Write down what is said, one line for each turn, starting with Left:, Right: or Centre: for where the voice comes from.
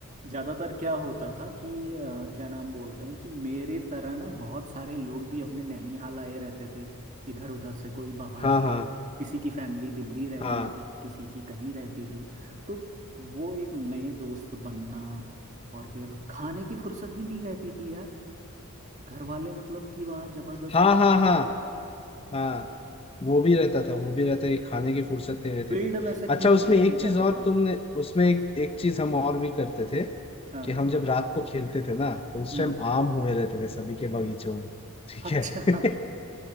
Right: ज्यादातर क्या होता था कि अ, क्या नाम बोलते हैं कि मेरे तरह ना बहुत सारे लोग भी अपने नैनीहाल आए रहते थे इधर उधर से कोई बाहर
Left: हाँ
Right: से
Left: हाँ
Right: किसी की फैमिली दिल्ली रहती
Left: हाँ
Right: थी किसी की कहीं रहती थी तो वो एक नए दोस्त बनना और फिर खाने की फुर्सत भी नहीं रहती थी यार घर वाले मतलब कि वहाँ जबरदस्ती
Left: हाँ हाँ हाँ हाँ वो भी रहता था वो भी रहता है कि खाने की फुर्सत नहीं रहती
Right: फील्ड
Left: थी
Right: में से खींच
Left: अच्छा उसमें
Right: के लेके
Left: एक चीज
Right: जाते
Left: और
Right: थे
Left: तुमने उसमें एक, एक चीज हम और भी करते थे
Right: हाँ
Left: कि हम जब रात को खेलते थे ना तो उस
Right: हम्म
Left: टाइम आम हुए रहते थे सभी के बगीचों में ठीक
Right: अच्छा
Left: है <laughs>